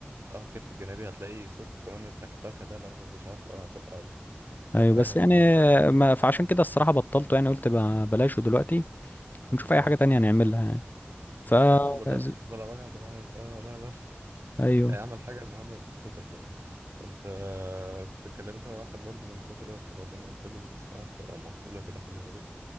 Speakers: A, on the right; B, on the left.
A: اه الكتف الجانبي هتلاقي صوت كمان التكتكة ده لو مش عارف لو هتبقى لو
B: ايوه
A: فاهم
B: بس يعني
A: اللي انا قصدي
B: آه،
A: عليه
B: ما فعشان
A: اه
B: كده الصراحه بطلته يعني قلت ب- بلاش دلوقتي ونشوف اي
A: اه
B: حاجه تانية نعملها يعني ف
A: اه يا عم بلا
B: ز-
A: بلا وجع دماغ اه لا لا
B: ايوه
A: <laughs> اعمل حاجة المهم اللي تبسطك يعني كنت آه كنت اتكلمت مع واحد برضه من فترة فبعدين قلت له سمعت مقولة كده حلوة أوي